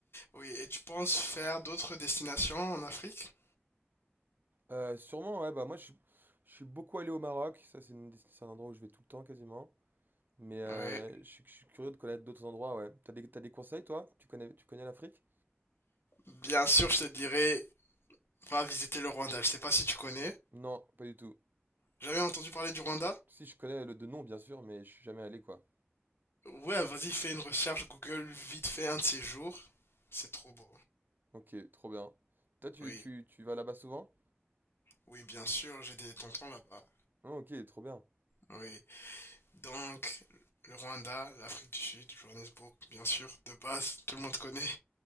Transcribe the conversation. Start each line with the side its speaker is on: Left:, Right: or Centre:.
Left: Oui, et tu penses faire d'autres destinations en Afrique?
Right: Euh, sûrement, ouais, bah moi je, je suis beaucoup allé au Maroc, ça c'est une- c'est un endroit où je vais tout le temps quasiment. Mais euh,
Left: Oui.
Right: je, suis je suis curieux de connaître d'autres endroits, ouais. T'as des, t'as des conseils toi? Tu connais, tu connais l'Afrique?
Left: Bien sûr, je te dirais, va visiter le Rwanda. Je sais pas si tu connais.
Right: Non, pas du tout.
Left: Jamais entendu parler du Rwanda?
Right: Si, je connais le de nom, bien sûr, mais je suis jamais allé, quoi.
Left: Ouais, vas-y, fais une recherche Google vite fait un de ces jours. C'est trop beau.
Right: Ok, trop bien. Toi, tu,
Left: Oui,
Right: tu, tu vas là-bas souvent?
Left: oui, bien sûr, j'ai des tontons là-bas.
Right: Ah, ok, trop bien.
Left: Oui. Donc, le Rwanda, l'Afrique du Sud, Johannesburg, bien sûr, de base, tout le monde connaît.